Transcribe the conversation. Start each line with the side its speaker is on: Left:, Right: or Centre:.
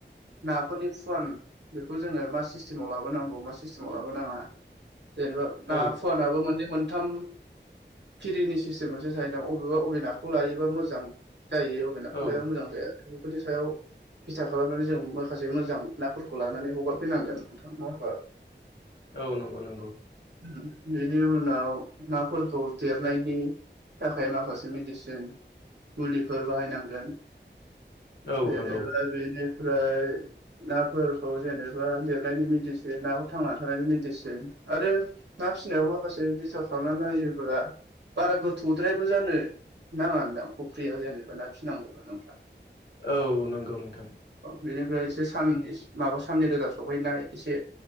Right: नाफोरनि फुवान बेखौ जोङो मा सिस्टेम सिस्टेमाव लाबोनाङा जेनेबा ना
Left: औ
Right: फुवान नाबो मोननै मोनथाम खिरिनि सिस्टेम मोनसे जाहैदों अबेबा अबेनाखौ लायोबा मोजां जायो अबेनाखौ
Left: औ
Right: लायोबा मोजां जाया। बेफोरनि सायाव बिथा खालामनानै जों माखासे मोजां नाफोरखौ लानानै हगार फैनांगोन नोंथां नङा होमबा।
Left: औ नंगौ नंगौ।
Right: बिनि उनाव नाफोरखौ देरनायनि थाखाय माखासे मेडिसिन मुलिफोर बाहायनांगोन।
Left: औ
Right: जेनेबा
Left: नंगौ
Right: बेनिफ्राय नाफोरखौ जेनेब माबा देरनायनि मेडिसिन नाखौ थांनानै थानायनि मेडिसिन आरो ना फिसिनायाव माखासे बिथा खालामना नाययोब्ला बारा गोथौद्रायबो जानो नाङादां फुख्रिया जेनेबा ना फिसिनांगौब्ला नोंथां
Left: औ नंगौ नोंथां
Right: बिनिफ्राय एसे साननि माबा साननि रोदा सहैनाय एसे